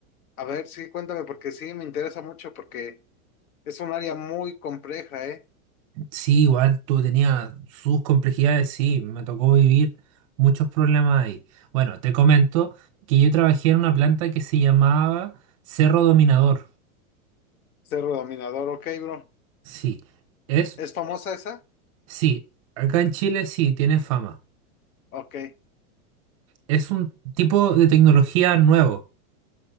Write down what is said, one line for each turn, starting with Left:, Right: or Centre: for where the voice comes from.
Left: a ver, sí, cuéntame, porque sí, me interesa mucho, porque es un área muy compleja, ¿eh?
Right: Sí, igual tú tenías sus complejidades, sí, me tocó vivir muchos problemas ahí. Bueno, te comento que yo trabajé en una planta que se llamaba Cerro Dominador.
Left: Cerro Dominador, ok, bro.
Right: Sí, es,
Left: ¿Es famosa esa?
Right: sí, acá en Chile sí, tiene fama.
Left: Ok,
Right: Es un tipo de tecnología nuevo.